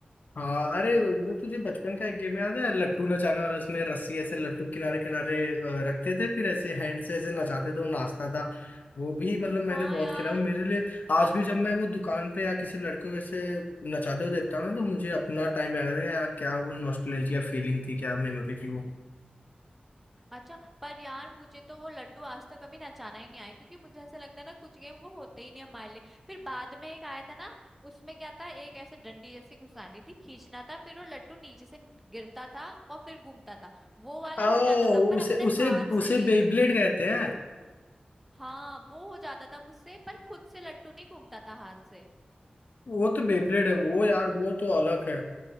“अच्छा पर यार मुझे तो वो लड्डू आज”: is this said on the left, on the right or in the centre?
Centre